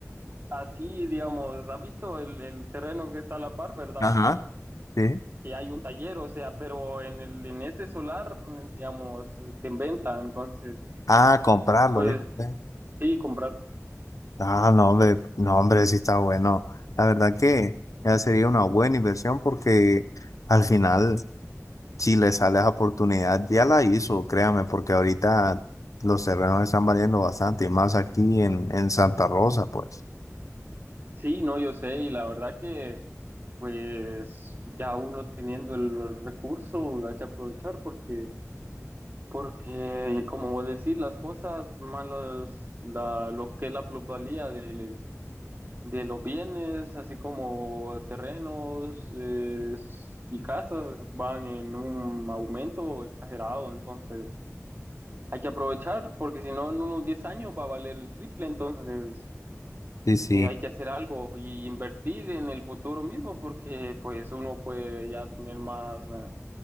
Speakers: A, on the right; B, on the left.
A: así, digamos, has visto el, el terreno que está a la par, ¿verdad?
B: Ajá. Sí.
A: Que hay un taller, o sea, pero en el, en ese solar, eh, digamos, está en venta, entonces,
B: Ah, comprarlo,
A: pues
B: ¿viste?
A: sí, comprar.
B: Ah, no, hombre, no, hombre, sí está bueno. La verdad que ya sería una buena inversión porque al final, si le sale esa oportunidad, ya la hizo, créame, porque ahorita los terrenos están valiendo bastante, y más aquí en, en Santa Rosa, pues.
A: Sí, no, yo sé, y la verdad que, pues, ya uno teniendo el, el recurso, hay que aprovechar porque, porque, como decir, las cosas malas, la, lo que es la plusvalía del de los bienes, así como terrenos eh, y casas, van en un aumento exagerado. Entonces, hay que aprovechar porque si no, en unos 10 años va a valer el triple. Entonces,
B: Sí, sí.
A: eh, hay que hacer algo y invertir en el futuro mismo porque pues uno puede ya tener más eh,